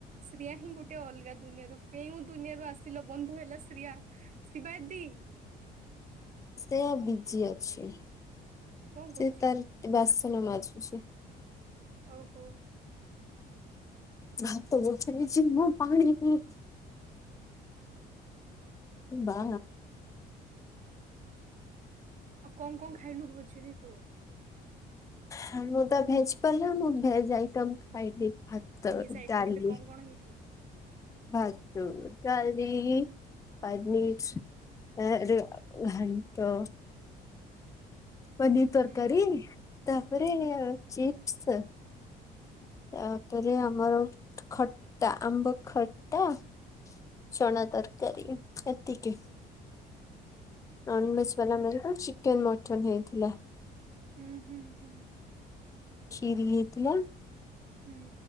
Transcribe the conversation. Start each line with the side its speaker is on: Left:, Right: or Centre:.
Right: ଶ୍ରୀୟା ହିଁ ଗୋଟେ ଅଲଗା ଦୁନିଆରୁ କେଉଁ ଦୁନିଆରୁ ଆସିଲ ବନ୍ଧୁ ହେଲା ଶ୍ରୀୟା। ଶିବା ଦିଦି।
Left: ଶ୍ରେୟା ବିଜି ଅଛି
Right: କଣ କରୁଛି?
Left: ସେ ତାର ବାସନ ମାଜୁଛି।
Right: ଓହୋ।
Left: ଭାତ ଗୋଟା ହେଇଯିବ ପାଣି ପିଇ ବା
Right: ଆଉ କଣ କଣ ଖାଇଲୁ ଭୋଜିରେ ତୁ?
Left: ହାମେ ତ ଭେଜ ପଲା ମୁଁ ଭେଜ ଆଇଟମ ଖାଇଲି। ଭାତ
Right: ଭେଜ ଆଇଟମ
Left: ଡାଲି
Right: ରେ କଣ କଣ ହେଇଥିଲା?
Left: ଭାତ ଡାଲି ପନୀର। <unintelligible> ଘାଣ୍ଟ। ପନିର ତରକାରୀ
Right: ହୁଁ
Left: ତାପରେ
Right: ଅହ
Left: ଚିପ୍ସ। ତାପରେ ଆମର ଖଟା ଆମ୍ବ ଖଟା। ଚଣା ତରକାରୀ ଏତିକି। ନନଭେଜ ବାଲା ମାନଙ୍କ ଚିକେନ ମଟନ୍ ହେଇଥିଲା।
Right: ହୁଁ ହୁଁ ହୁଁ।
Left: କ୍ଷୀରି ହେଇଥିଲା।
Right: ହୁଁ।